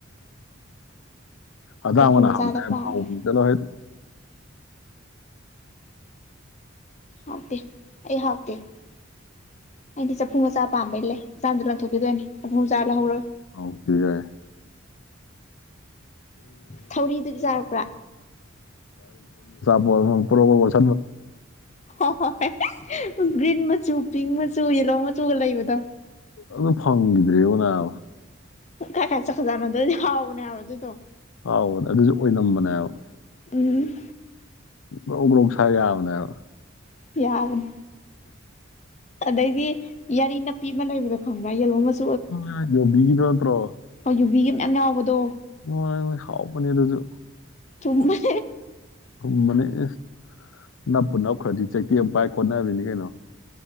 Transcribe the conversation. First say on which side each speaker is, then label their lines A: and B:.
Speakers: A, on the left; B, on the left.
A: ꯑꯗꯥꯥꯉꯣꯅ
B: ꯆꯐꯨ ꯃꯆꯥꯗ
A: ꯍꯥꯎꯅꯦ ꯍꯥꯏꯔ
B: ꯄꯥꯝꯕꯩ
A: ꯃꯍꯥꯎꯗꯤ ꯆꯠꯂꯣꯍꯦꯠ
B: ꯍꯥꯎꯇꯦ ꯑꯩ ꯍꯥꯎꯇꯦ ꯑꯩꯗꯤ ꯆꯐꯨ ꯃꯆꯥ ꯄꯥꯝꯕꯩ ꯂꯩ ꯆꯥꯝꯗꯣ ꯂꯪꯊꯣꯛꯀꯦ ꯗꯧꯏꯅꯦ ꯆꯐꯨ ꯃꯆꯥ ꯂꯧꯍꯧꯔꯣꯏ
A: ꯍꯥꯎꯇꯦ ꯌꯥꯏ
B: ꯊꯧꯔꯤꯗꯨꯗꯤ ꯆꯥꯔꯛꯄ꯭ꯔꯥ
A: ꯕꯔꯝ ꯄꯔꯣ ꯄꯔꯣ
B: ꯍꯣ ꯍꯣ ꯍꯣꯏ ꯒ꯭ꯔꯤꯟ ꯃꯆꯨꯞ ꯄꯤꯡ ꯃꯆꯨ ꯌꯦꯂꯣ ꯃꯆꯨꯒ ꯂꯩꯕꯗꯣ
A: ꯑꯗꯨ ꯐꯪꯈꯤꯗ꯭ꯔꯦ ꯑꯣ ꯅꯥꯕ
B: ꯀꯥꯏ ꯀꯥꯏ ꯆꯈꯖꯥꯅꯣ ꯗꯣꯏꯅꯤ ꯍꯥꯎꯕꯅꯦ ꯍꯥꯏꯕ ꯑꯗꯨꯗꯣ
A: ꯑꯥꯎꯕꯅꯦ ꯑꯗꯨꯁꯨ ꯑꯣꯏꯅꯝꯕꯅꯦꯑꯕ
B: ꯎꯝ
A: ꯒꯔꯧ ꯒꯔꯧ ꯁꯥꯏꯔ ꯌꯥꯕꯅꯦ ꯍꯥꯏꯕ
B: ꯌꯥꯕꯅꯦ ꯑꯗꯩꯗꯤ ꯌꯥꯔꯤ ꯅꯞꯄꯤ ꯑꯃ ꯂꯩꯕꯗꯣ ꯈꯪꯕ꯭ꯔꯥ ꯌꯦꯜꯣ ꯃꯠ
A: ꯌ ꯌꯣꯕꯤꯒꯤꯗꯣ ꯅꯠꯇ꯭ꯔꯣ
B: ꯋꯣꯕꯤꯒꯤ ꯃꯌꯥꯝ ꯌꯥꯎꯕꯗꯣ
A: ꯃꯣꯢꯍꯣꯏ ꯍꯥꯎ ꯄꯅꯦ ꯑꯗꯨꯖꯨ
B: ꯊꯨꯝꯃꯦ
A: ꯍꯨꯝꯕꯅꯦ ꯑꯦ ꯅꯞꯄꯨ ꯅꯞꯈ꯭ꯔꯗꯤ ꯆꯩꯊꯦꯝ ꯑꯃ ꯄꯥꯏ ꯀꯣꯟꯅꯕꯤꯅꯤ ꯀꯩꯅꯣ